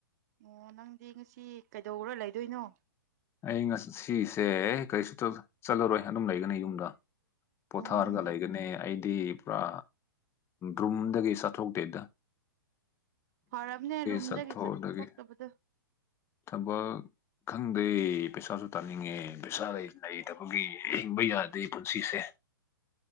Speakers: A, on the right (about 50°); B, on the left (about 20°).
A: ꯑꯣ ꯅꯪꯗꯤ ꯉꯁꯤ ꯀꯩꯗꯧꯔ ꯂꯩꯗꯨꯢꯅꯣ
B: ꯑꯩ ꯉꯥꯁꯤꯁꯦ ꯀꯔꯤꯁꯨ ꯇꯧ ꯆꯠꯂꯔꯣꯢ ꯑꯗꯨꯝ ꯂꯩꯒꯅꯤ ꯌꯨꯝꯗ ꯄꯣꯊꯥꯔꯒ
A: ꯑꯣ
B: ꯂꯩꯒꯅꯤ ꯑꯩꯗꯤ ꯄꯨꯔꯥ ꯗ꯭ꯔꯨꯝꯗꯒꯤ ꯁꯊꯧꯇꯦꯗ
A: ꯐꯔꯕꯅꯦ ꯔꯨꯝꯗꯒꯤ
B: ꯆꯠꯊꯣꯛꯗꯒꯤ
A: ꯆꯠꯊꯣꯛꯇꯕꯗꯣ
B: ꯊꯕꯛ ꯈꯪ ꯑꯩ ꯄꯩꯁꯥꯁꯨ ꯇꯥꯅꯤꯡꯉꯦ ꯄꯩꯁꯥ ꯂꯩꯇꯕꯒꯤ ꯍꯤꯡꯕ ꯌꯥꯗꯦ ꯄꯨꯟꯁꯤꯁꯦ